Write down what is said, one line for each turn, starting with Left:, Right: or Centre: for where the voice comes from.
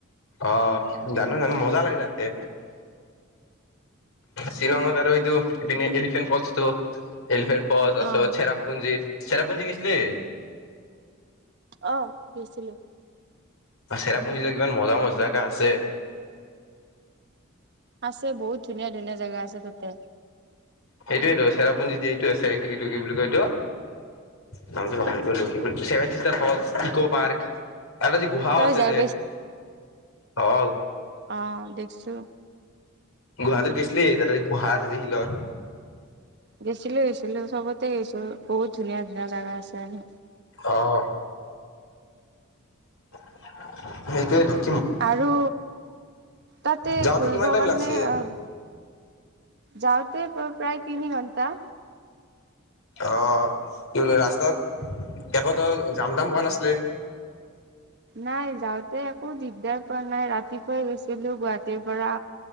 Left: অ জানো জানো মজা লাগে তাতে শ্বিলঙত আৰু এইটো ইপিনে এলিফেণ্ট ফলচটো। এলিফেণ্ট ফলচটো
Right: অ
Left: চেৰাপুঞ্জিত। চেৰাপুঞ্জিত গৈছিলি?
Right: অঁ গৈছিলোঁ।
Left: চেৰাপুঞ্জী যে কিমান মজা মজা জেগা আছে।
Right: আছে বহুত ধুনীয়া ধুনীয়া জেগা আছে তাতে
Left: সেইটোয়েতো চেৰাপুঞ্জীত যে আছে সটো কি বুলি কয় এইটো নাম পাহৰি গলো কি বুলি চেভেন চিটাৰ হল ইক পাৰ্ক তাত যি গুহাওঁ
Right: তই
Left: আছে
Right: যাই
Left: যে অঁ
Right: অঁ দেখিছো
Left: গুৱাহাটীত গৈছিলি তাতে গুহাঁ আছে যে শিলৰ
Right: গেছিলো গৈছিলো চবতে গৈছো বহুত ধুনীয়া ধুনীয়া জাগা আছে যাই ন
Left: অ' সেইটোৱেইতো
Right: আৰু তাতে
Left: যাওঁতে
Right: ঘুৰিব
Left: কিমান টাইম
Right: কাৰণে
Left: লাগছিল
Right: অঁ যাওঁতে প্ৰায় তিনি ঘন্টা
Left: অঁ ৰাস্তাত একোতো জাম তাম হোৱা নাছিলে
Right: নাই যাওঁতে একো দিগদাৰ পৰা নাই ৰাতি কৈ গৈছিলো গুৱাহাটীৰ পৰা